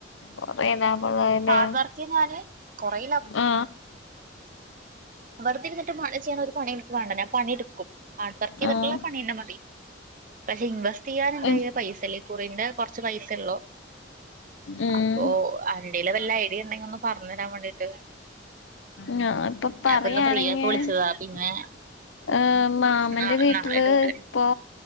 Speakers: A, on the left; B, on the right.
A: കൊറേ ലാഭള്ളേല്ലെ
B: ഹാർഡ് വർക്ക് ഞാന് കുറേ
A: ആ
B: വെർതെ ഇര്ന്ന്ട്ട് <unintelligible> ചെയ്യാൻ ഒരു പണി ഇൻക്ക് വാണ്ട ഞാ പണിടുക്കും ഹാർഡ് വർക്ക്യ്തിട്ടുള്ള
A: ആഹ്
B: പണി ന്നെ മതി പക്ഷെ ഇൻവെസ്റ്റ്യ്യാൻ ൻ്റയ്യിൽ
A: ഉം
B: പൈസല്ല കുറിന്റെ കോറച്ച് പൈസള്ളൂ
A: ഉം
B: പ്പോ അന്റയില് വല്ല ഐഡിയ ണ്ടെങ്കി ഒന്ന് പറഞ്ഞരാൻ വേണ്ടീട്ട്
A: ഞാൻ ഇപ്പൊ പറയാണെങ്കിഏഹ്
B: ഞാൻപ്പൊ ഇന്ന് ഫ്രീ ആയപ്പോ വിളിച്ചതാ പിന്നെ
A: മാമന്റെ
B: നാളെ
A: വീട്ടില്
B: നാളെ ഡ്യൂട്ടി
A: പ്പോ